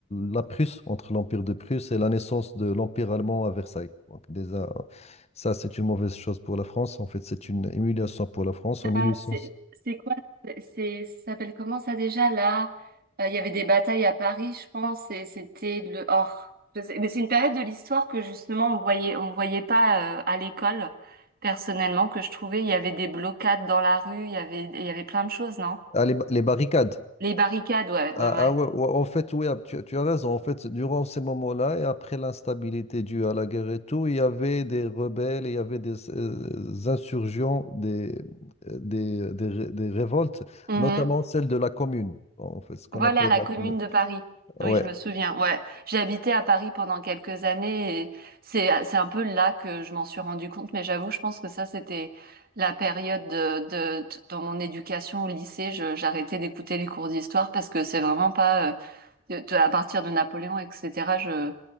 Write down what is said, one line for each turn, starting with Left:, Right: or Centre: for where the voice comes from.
Left: la Prusse, entre l'Empire de Prusse et la naissance de l'Empire allemand à Versailles. Donc déjà, ça, c'est une mauvaise chose pour la France. En fait, c'est une humiliation pour la France. En 1800
Right: Ah, c'est c'est quoi? C'est, ça s'appelle comment ça déjà là? Euh, Il y avait des batailles à Paris, je pense, et c'était le or. Je sais- Mais c'est une période de l'histoire que justement on voyait, on voyait pas euh, à l'école. Personnellement, que je trouvais, il y avait des blocades dans la rue, il y avait, il y avait plein de choses, non?
Left: Ah, les, ba- les barricades.
Right: Les barricades, ouais, ouais,
Left: Ah,
Right: ouais.
Left: ah ouais, ouais, en fait, oui, ah, tu, tu as raison. En fait, durant ces moments-là et après l'instabilité due à la guerre et tout, il y avait des rebelles, il y avait des euh, insurgents, des, euh, des, des, ré- des révoltes,
Right: Mhm.
Left: notamment celle de la commune, Bon, en fait, ce qu'on
Right: Voilà,
Left: appelle
Right: la
Left: la
Right: Commune
Left: commune.
Right: de Paris. Oui,
Left: Ouais,
Right: je me souviens. Ouais, j'ai habité à Paris pendant quelques années et c'est c'est un peu là que je m'en suis rendu compte. Mais j'avoue, je pense que ça, c'était la période de, de, de- dans mon éducation au lycée. Je, j'arrêtais d'écouter les cours d'histoire parce que c'est vraiment pas euh, de- de- à partir de Napoléon, etc. Je